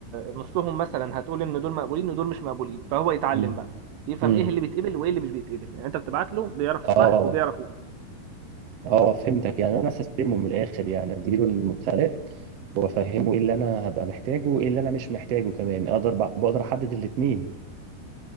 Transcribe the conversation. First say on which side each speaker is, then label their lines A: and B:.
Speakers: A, on the right (about 80°); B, on the right (about 55°).
A: نصهم مثلا هتقول ان دول مقبولين ودول مش مقبولين فهو يتعلم
B: امم
A: بقى يفهم
B: امم
A: ايه اللي بيتقبل وايه اللي مش بيتقبل يعني انت بتبعت له بيعرف
B: اه
A: الصح وبيعرف إيه.
B: اه فهمتك يعني انا هستلمه من الاخر يعني اديله المدخلات وافهمه ايه اللي انا هبقى محتاجه وايه اللي انا مش محتاجه كمان اقدر بقدر احدد الاتنين